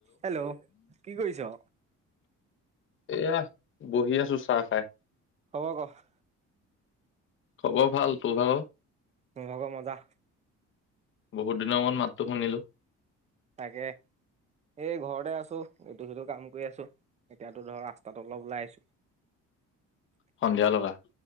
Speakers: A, on the right; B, on the left.
A: Hello কি কৰিছ?
B: এয়া বহি আছো চাহ খাই?
A: খবৰ ক।
B: খবৰ ভাল তোৰ ভাগ ।
A: মোৰ ভাগৰ মজা?
B: বহুত দিনৰ মত মাতটো শুনিলো?
A: তাকে এই ঘৰতে আছোঁ এইটো সিটো কাম কৰি আছো এতিয়াতো ধৰ ৰাস্তাত অলপ ওলাই আহিছোঁ?
B: সন্ধিয়া লগা